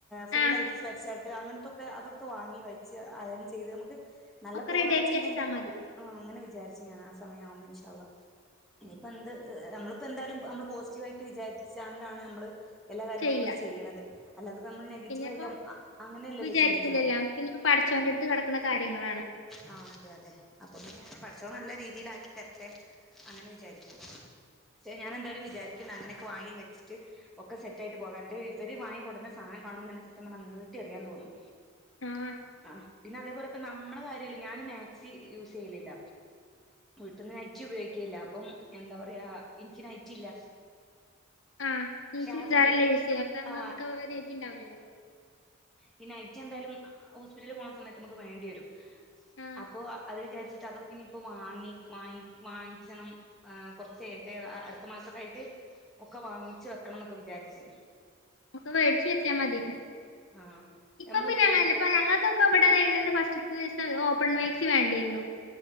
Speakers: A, in the centre; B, on the left.
A: ഫുള്ളായിട്ട്
B: ആഹ്
A: <unintelligible> അങ്ങനത്തൊക്കെ അതൊക്കെ വാങ്ങി വെച്ച് <unintelligible> ചെയ്ത് നമുക്ക് നല്ല
B: ഒക്കെ
A: ക്വാളിറ്റി
B: റെഡിയാക്കി
A: ഉണ്ടെങ്കിൽ
B: വെച്ചാ മതി
A: ആ അങ്ങനെ വിചാരിച്ചു ഞാനാ <unintelligible> ഇൻഷാ അള്ളാ ഇനിയിപ്പോ എന്ത് നമ്മളിപ്പോ എന്തായാലും നമ്മള് പോസിറ്റീവ് ആയിട്ട് വിചാരിച്ചണ്ടാണ് നമ്മള് എല്ലാ കാര്യങ്ങളും
B: ചെയ്യാ
A: നമ്മള് ചെയ്യണത് അല്ലാതെപ്പോ നമ്മൾ നെഗറ്റീവായിട്ട്
B: പിന്നെപ്പോ
A: അങ്ങനെയല്ലല്ലോ
B: വിചാരിക്കൂലല്ലോ
A: ചിന്തിക്കണെ
B: പിന്നെപ്പോ പടച്ചോന്റെ അടുത്ത് കിടക്കുന്ന കാര്യങ്ങളാണ്
A: ആ അതെ അതെ അപ്പൊ പിന്നെ പടച്ചോൻ നല്ല രീതിയിലാക്കി തരട്ടെ അങ്ങനെ വിചാരിക്കും പക്ഷേ ഞാൻ എന്തായാലും വിചാരിക്കുന്ന അങ്ങനെയൊക്കെ വാങ്ങി വച്ചിട്ട് ഒക്കെ സെറ്റായിട്ട് പോകാം ഇവര് വാങ്ങി കൊണ്ടുവന്ന സാധനം കാണുമ്പോ തന്നെ സത്യം പറഞ്ഞാൽ നീട്ടി എറിയാൻ തോന്നും
B: ആഹ്
A: ആ പിന്നെ അതേ ഇപ്പൊ നമ്മടെ കാര്യല്ല ഞാന് മാക്സി യൂസ് ചെയ്യലില്ല വീട്ടന്ന് നൈറ്റി ഉപയോഗിക്കില്ല അപ്പം എന്താ പറയാ എനിക്ക് നൈറ്റി ഇല്ല
B: ആ നീ
A: പക്ഷെ
B: ചുരിദാറല്ലേ
A: ആ സമയത്ത്
B: യൂസ് ചെയ്യ അപ്പൊ ആകുമ്പോ
A: ആ
B: നമുക്ക് <unintelligible> ഉണ്ടാവലല്ലോ
A: പിന്നെ ഐക്ക് എന്താലും ഹോസ്പിറ്റലിൽ പോണ സമയത്ത് നമുക്ക് വേണ്ടി വരും
B: ആഹ്
A: അപ്പോ അവര് വിചാരിച്ച് അതൊക്കെ ഇനിയിപ്പോ വാങ്ങി വാങ്ങി വാങ്ങിക്കണം കുറച്ച് നേരത്തെ അടുത്ത മാസവൊക്കെ ആയിട്ട് ഒക്കെ വാങ്ങിച്ച് വെക്കണം എന്നൊക്കെ വിചാരിച്ചു
B: ഒക്കെ മേടിച്ചു വെച്ചാൽ മതി
A: ആഹ്
B: ഇപ്പൊ
A: നമ്മള്
B: പിന്നെ
A: ഉപയോഗിക്ക
B: അങ്ങനല്ല ഇപ്പൊ ഞങ്ങൾക്കൊക്കെ ഇവിടെ ഫസ്റ്റ് ദിവസം ഓപ്പൺ മാക്സി വേണ്ടിരുന്നു